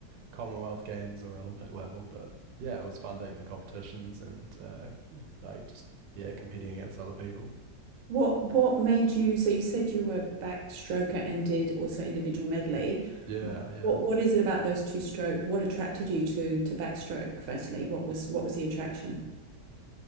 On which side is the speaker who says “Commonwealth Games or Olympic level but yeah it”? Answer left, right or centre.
Right